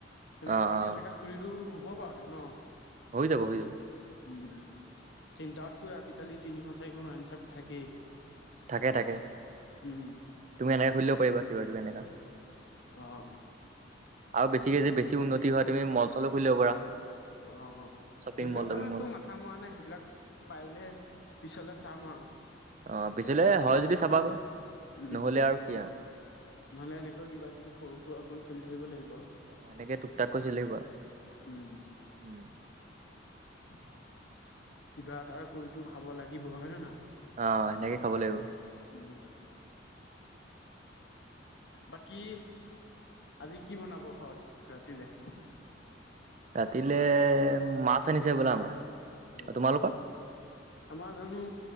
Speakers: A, on the left (about 65°); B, on the right (about 40°).
A: মানে
B: অ'
A: গাঁৱলীয়া
B: অ'
A: জেগাত খুলিলেও হব বাৰু <unintelligible> ন?
B: হৈ যাব হৈ যাব
A: উম চেণ্টাৰতটো আজিকালি তিনিখন চাৰিখন ৱাইনছপ থাকেই
B: থাকে থাকে।
A: উম
B: তুমি এনেকে খুলিব পাৰিবা কিবা কিবি এনেকা
A: আহ।
B: আৰু বেছিকে যে বেছি উন্নতি হয় তুমি মল চলো খুলিব পাৰা
A: অ' অ'
B: শ্বপিং
A: সেইবিলাকটো
B: মল টপিং মল।
A: মাথা মৰা নাই, সেইবিলাক পাৰিলে পিছলে চাও। চাম আৰু
B: অ <unintelligible> হয় যদি চাবাগৈ
A: উম,
B: নহ'লে আৰু কি আৰু।
A: নহলে এনেকৈ কিবা কিবি সৰু সুৰা কৰি চলি থাকিব লাগিব আৰু।
B: অ' এনেকে টোক টাক কৰি চলি থাকিব,
A: উম।
B: উম।
A: কিবা এটা কৰিতো খাব লাগিব, হয়ে নে নহয়?
B: আহ সেনেকে খাব লাগিব
A: উম। বাকী আজি কি বনাব ঘৰত ৰাতিলে?
B: ৰাতিলে মাছ আনিছে বোলে আমাৰ
A: অ
B: তোমালোকৰ
A: আমাৰ জানো